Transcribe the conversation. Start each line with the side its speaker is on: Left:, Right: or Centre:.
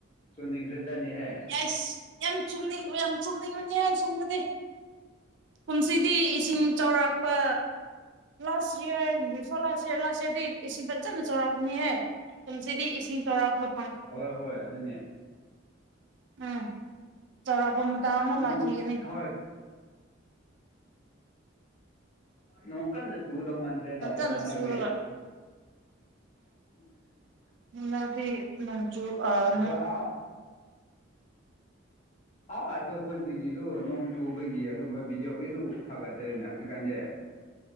Left: ꯆꯨꯅꯤꯡꯈꯖꯠꯅꯤꯍꯦ꯫
Right: ꯌꯥꯏꯁ ꯌꯥꯝ ꯆꯨꯝꯅꯤꯡ ꯌꯥꯝ ꯆꯨꯝꯅꯤꯡꯉꯅꯤꯍꯦ ꯑꯁꯣꯝꯗꯗꯤ꯫ ꯀꯨꯝꯁꯤꯗꯤ ꯏꯁꯤꯡ ꯆꯥꯎꯧꯔꯥꯛꯄ꯫ Last year before last year last ꯏꯌꯥꯔꯗꯤ ꯏꯁꯤꯡ ꯐꯖꯅ ꯆꯥꯎꯔꯛꯄꯅꯤꯍꯦ꯫ ꯀꯨꯝꯁꯤꯗꯤ ꯏꯁꯤꯡ ꯆꯣꯔꯔꯛꯄ꯫
Left: ꯍꯣꯏ ꯍꯣꯏ ꯑꯗꯨꯅꯦ꯫
Right: ꯎꯝ ꯆꯥꯎꯔꯥꯛꯄ ꯃꯇꯝ ꯑꯃꯨꯛ
Left: ꯅꯣꯡ
Right: ꯂꯥꯛꯈꯤꯒꯅꯤ꯫
Left: ꯍꯣꯏ ꯅꯣꯡ ꯀꯟꯅ ꯆꯨꯒꯗꯧ ꯃꯥꯟꯗ꯭ꯔꯦꯗ
Right: ꯐꯖꯅ
Left: ꯑꯗꯣ ꯍꯟꯗꯛꯇꯤ꯫
Right: ꯆꯨꯔꯒ
Left: ꯎꯝ꯫
Right: ꯍꯟꯅꯗꯤ ꯅꯣꯡꯆꯁꯨ
Left: ꯑꯩꯈꯣꯏ
Right: ꯅꯣ꯫
Left: ꯑꯥ ꯑ ꯑꯩꯈꯣꯏ ꯈꯨꯟꯗꯒꯤꯁꯨ ꯅꯣꯡ ꯆꯨꯕꯒꯤ ꯑꯗꯨꯒꯨꯝꯕ ꯚꯤꯗꯤꯑꯣ ꯀꯔꯤꯁꯨ ꯊꯥꯒꯠꯇꯔꯤꯦꯅꯦ ꯍꯧꯖꯤꯛꯀꯥꯟꯗꯤ꯫